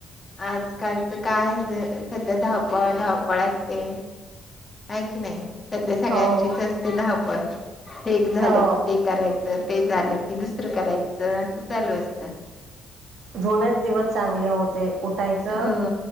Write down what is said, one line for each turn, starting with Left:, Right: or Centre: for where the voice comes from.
Left: आजकालच काय ज सध्या धावपळ धावपळ असते आहे की नाही सध्या सगळ्यांचीच
Right: हो
Left: असते धहावपळ हे एक झालं
Right: हो
Left: कि ते करायचं ते झालं कि दुसरं करायचं असं चालू असत
Right: जुनेच दिवस चांगले होते उठायचं
Left: हा